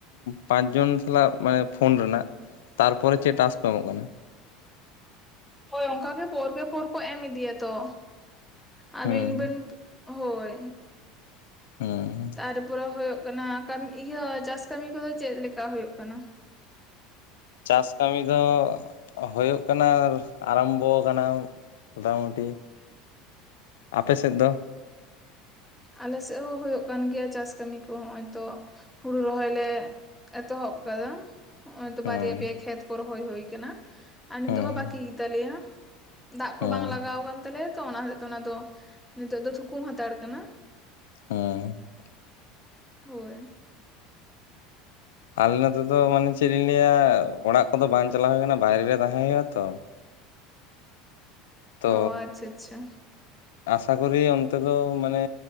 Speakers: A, on the left; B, in the centre.
A: ᱯᱟᱸᱪ ᱡᱚᱱ ᱥᱟᱞᱟᱜ ᱢᱟᱱᱮ ᱯᱷᱳᱱ ᱨᱮᱱᱟᱜ᱾ ᱛᱟᱨᱯᱚᱨᱮ ᱪᱮᱫ ᱴᱟᱥᱠ ᱠᱚ ᱮᱢᱚᱜ ᱠᱟᱱᱟ?
B: ᱦᱳᱭ ᱚᱱᱠᱟᱜᱮ ᱯᱚᱨ ᱠᱮ ᱯᱚᱨ ᱠᱚ ᱮᱢ ᱤᱫᱤᱭᱟ ᱛᱚ ᱟᱹᱵᱤᱱ
A: ᱦᱩᱸ
B: ᱵᱮᱱ ᱦᱳᱭ᱾
A: ᱦᱩᱸ᱾
B: ᱛᱟᱨᱯᱚᱨᱮ ᱦᱩᱭᱩᱜ ᱠᱟᱱᱟ ᱠᱟ. ᱠᱟᱢᱤ ᱤᱭᱟᱹ ᱪᱟᱥ ᱠᱟᱹᱢᱤ ᱠᱚᱫᱚ ᱪᱮᱫ ᱞᱮᱠᱟ ᱦᱩᱭᱩᱜ ᱠᱟᱱᱟ?
A: ᱪᱟᱥ ᱠᱟᱹᱢᱤ ᱫᱚ ᱦᱩᱭᱩᱜ ᱠᱟᱱᱟ ᱟᱨᱟᱢᱵᱚ ᱟᱠᱟᱱᱟ᱾ ᱢᱚᱴᱟᱢᱩᱴᱤ, ᱟᱯᱮ ᱥᱮᱫ ᱫᱚ?
B: ᱟᱞᱮ ᱥᱮᱫ ᱦᱚᱸ ᱦᱳᱭᱳᱜ ᱠᱟᱱ ᱜᱮᱭᱟ ᱪᱟᱥ ᱠᱟᱹᱢᱤ ᱠᱚ ᱦᱚᱸᱭᱼᱚᱭ ᱛᱚ, ᱦᱩᱲᱩ ᱨᱚᱦᱚᱭ ᱞᱮ ᱮᱛᱚᱦᱚᱵ ᱟᱠᱟᱫᱟ᱾ ᱦᱚᱸᱜᱼᱚᱭ ᱛᱚ
A: ᱦᱩᱸ
B: ᱵᱟᱨᱭᱟ ᱯᱮᱭᱟ ᱠᱷᱮᱛ ᱠᱚ ᱨᱚᱦᱚᱭ ᱦᱩᱭ ᱠᱟᱱᱟ ᱟᱨ ᱱᱤᱛᱚᱜ
A: ᱦᱩᱸ
B: ᱦᱚᱸ ᱵᱟᱠᱤ ᱜᱮᱛᱟᱞᱮᱭᱟ᱾ ᱫᱟᱜ ᱠᱚ
A: ᱦᱩᱸ
B: ᱵᱟᱝ ᱞᱟᱜᱟᱣ ᱟᱠᱟᱱ ᱛᱟᱞᱮᱭᱟ ᱛᱚ ᱚᱱᱟ ᱦᱚᱛᱮᱡ ᱛᱮ ᱚᱱᱟ ᱫᱚ ᱱᱤᱛᱚᱜ ᱫᱚ ᱛᱷᱩᱠᱩᱢ ᱦᱟᱛᱟᱲ ᱟᱠᱟᱱᱟ᱾
A: ᱦᱮᱸ᱾
B: ᱦᱳᱭ᱾
A: ᱟᱞᱮ ᱱᱚᱛᱮ ᱫᱚ ᱢᱟᱱᱮ ᱪᱮᱫ ᱞᱤᱧ ᱞᱟᱹᱭᱟ ᱚᱲᱟᱜ ᱠᱚᱫᱚ ᱵᱟᱝ ᱪᱟᱞᱟᱣ ᱦᱩᱭ ᱟᱠᱟᱱᱟ ᱵᱟᱭᱨᱮ ᱨᱮ ᱛᱟᱦᱮᱸ ᱦᱳᱭᱳᱜᱼᱟ ᱛᱚ᱾ ᱛᱚ
B: ᱚ ᱟᱪᱪᱷᱟ ᱟᱪᱪᱷᱟ᱾
A: ᱟᱥᱟ ᱠᱚᱨᱤ ᱚᱱᱛᱮ ᱫᱚ ᱢᱟᱱᱮ